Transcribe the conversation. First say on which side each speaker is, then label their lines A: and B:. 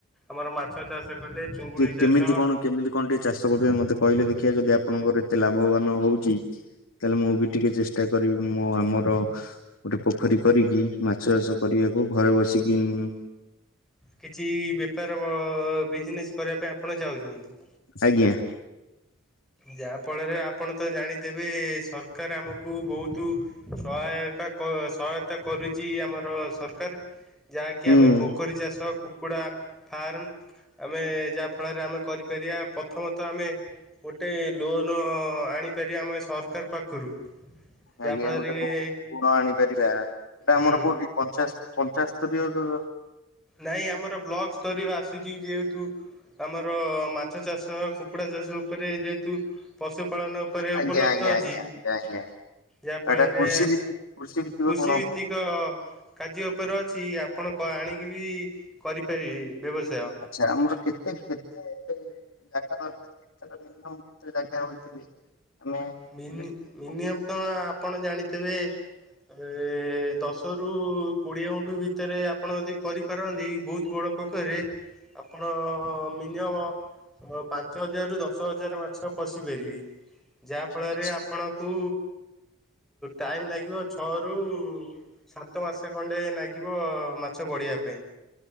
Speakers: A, in the centre; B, on the left.
A: ଆମର ମାଛ ଚାଷ କଲେ। ଚୁଙ୍ଗୁଡ଼ି
B: କିଏ
A: ଚାଷ
B: କେମିତି କଣ କେମିଲି? କଣ ଟିକେ ଚାଷ କରିବା ମତେ କହିଲେ ଦେଖିଆ ଯଦି ଆପଣଙ୍କର ଏତେ ଲାଭବାନ ହଉଚି। ତାହେଲେ ମୁଁ ବି ଟିକେ ଚେଷ୍ଟା କରିବି ମୋ ଆମର। ଗୋଟେ ପୋଖରୀ କରିକି ମାଛ ଚାଷ କରିବାକୁ ଘରେ ବସିକି ଉଁଉଁ।
A: କିଛି ଇ ବେପାର ଅ ବିଜିନେସ କରିବାକୁ ଆପଣ ଚାଉଛନ୍ତି।
B: ଆଜ୍ଞା।
A: ଯାହାଫଳରେ ଆପଣ ତ ଜାଣିଥିବେ ସରକାର ଆମକୁ ବହୁତୁ ସହାୟକା କ ସହାୟତା କରୁଛି ଆମର ସରକାର। ଯାହାକି
B: ହୁଁ।
A: ଆମେ ପୋଖରୀ ଚାଷ କୁକୁଡ଼ା ଫାର୍ମ ଆମେ ଯାହା। ଫଳରେ ଆମେ କରିପାରିବା ପ୍ରଥମତଃ ଆମେ ଗୋଟେ ଲୋନ୍ ଆଣିପାରିବା ଆମେ ସରକାର ପାଖରୁ।
B: ଆଜ୍ଞା
A: ଯାହାଫଳରେ
B: ଗୋଟେ
A: କି
B: ଋଣ ଆଣିପାରିବା ଏଇଟା
A: ହୁଁ
B: ଆମର କୋଉଠି। ପଞ୍ଚାଶ ପଞ୍ଚାଶ ସ୍ତରୀୟରୁ
A: ନାଁଇ ଆମର ବ୍ଲକ ସ୍ତରୀୟ ଆସୁଛି ଯେହେତୁ ଆମର ମାଛ ଚାଷ କୁକୁଡ଼ା ଚାଷ ଉପରେ ଯେହେତୁ ପଶୁ ପାଳନ ଉପରେ
B: ଆଜ୍ଞା
A: ଉପଲବ୍ଧ
B: ଆଜ୍ଞା
A: ଅଛି।
B: ଆଜ୍ଞା ଆଜ୍ଞା ଆଜ୍ଞା
A: ଯାହା ଫଳରେ
B: ଏଟା କୃଷି ଭିତ୍ତିକ କୃଷି ଭିତ୍ତିକ
A: କୃଷି
B: ଋଣ
A: ଭିତ୍ତିକ ଜ୍ୟ କାଯ୍ୟ ଉପରେ ଅଛି ଆପଣ କ ଆଣିକି ବି କରିପାରିବେ ବ୍ୟବସାୟ।
B: ଆଛା ଆମର କେତେ କେତେ ଜାଗା ଦରକାର <unintelligible> ଆମେ ଗୋଟେ
A: ମିନି ମିନିଅମ
B: ପୋଖରୀ
A: ତ
B: କରିପାରିବା?
A: ଆପଣ ଜାଣିଥିବେ। ଏ ଦଶ ରୁ କୋଡିଏ ଗୁଣ୍ଠୁ ଭିତରେ ଆପଣ ଯଦି କରିପାରନ୍ତି ବହୁତ ବଡ଼ ପୋଖରେ ଆପଣ ମିନିୟମ ହଁ ପାଞ୍ଚ ହଜାର ରୁ ଦଶ ହଜାର ମାଛ ପୋଷି ପାରିବେ। ଯାହାଫଳରେ
B: ଆଚ୍ଛା
A: ଆପଣଙ୍କୁ ଟାଇମ୍ ଲାଗିବ ଛଅରୁ- ସାତ ମାସେ ଖଣ୍ଡେ ନାଗିବ ମାଛ ବଢ଼ିବା ପାଇଁ।